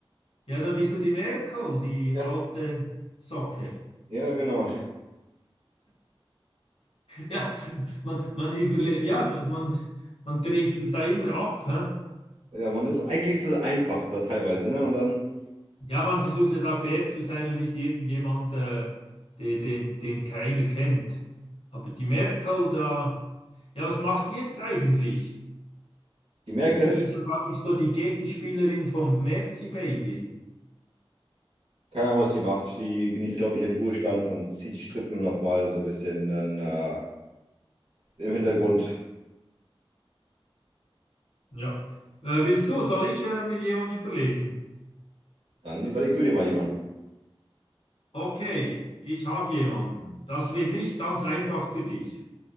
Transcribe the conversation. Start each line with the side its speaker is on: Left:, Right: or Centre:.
Left: Ja, dann bist du die Merkel, die
Right: Ja,
Left: alte Socke. <laughs>
Right: ja, genau.
Left: Ja, man, man überle ja, man, man trifft da immer ab. Hä?
Right: Ja, man ist, eigentlich ist es einfach da teilweise, ne? Und dann
Left: Ja, man versucht ja da fair zu sein und nicht irgendjemand, äh, den, den, den keiner kennt. Aber die Merkel da, ja, was macht die jetzt eigentlich?
Right: die Merkel.
Left: Die ist ja, glaube ich, so die Gegenspielerin vom Merzi-Baby.
Right: Keine Ahnung, was die macht. Die genießt, glaube ich, ihren Ruhestand und zieht die Strippen nochmal so ein bisschen dann, äh, im Hintergrund.
Left: Ja. Äh, willst du, soll ich äh, mir jemand überlegen?
Right: Dann überleg du dir mal jemanden.
Left: Okay, ich habe jemanden. Das wird nicht ganz einfach für dich.